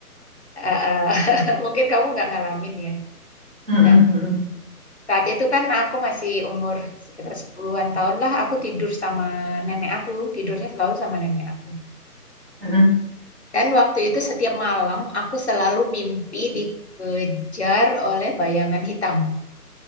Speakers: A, on the left; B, on the right.
A: Eh, eh, <laughs> mungkin kamu nggak ngalamin ya.
B: Mm-mm.
A: Nah,
B: Mm-mm.
A: saat itu kan aku masih umur sekitar sepuluhan an tahun lah, aku tidur sama nenek aku, tidurnya selalu sama nenek aku.
B: Mm-mm.
A: Dan waktu itu setiap malam aku selalu mimpi dikejar oleh bayangan hitam